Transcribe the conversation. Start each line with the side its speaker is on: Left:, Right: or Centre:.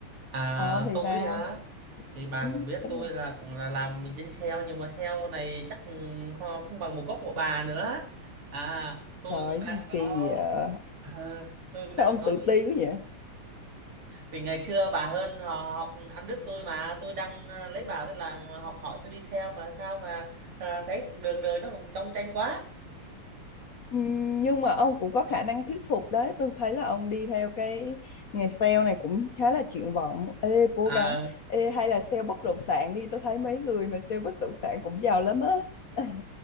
Right: à,
Left: còn ông thì
Right: tôi
Left: sao
Right: hả thì bà
Left: ừ,
Right: cũng biết
Left: tính-
Right: tôi là cũng là làm trên sale nhưng mà sale này chắc không không bằng một gốc của bà nữa à tôi
Left: trời
Right: cũng
Left: cái
Right: đang
Left: gì
Right: có
Left: kỳ vậy
Right: ờ, tôi cũng
Left: sao
Right: đang
Left: ông
Right: có
Left: tự
Right: ít
Left: ti quá vậy
Right: thì ngày xưa bà hơn họ học ăn đứt tôi mà tôi đang à, lấy bà tôi làm ờ, học hỏi tôi đi theo mà sao mà à, thấy đường đời nó cũng trong tranh quá
Left: Ừm, Nhưng mà ông cũng có khả năng thuyết phục đấy. Tôi thấy là ông đi theo cái nghề sale này cũng khá là triển vọng. Ê, cố
Right: <laughs>
Left: gắng.
Right: à,
Left: Ê, hay là sale bất động sản đi. Tôi thấy mấy người mà sale bất động sản cũng giàu lắm á. <laughs>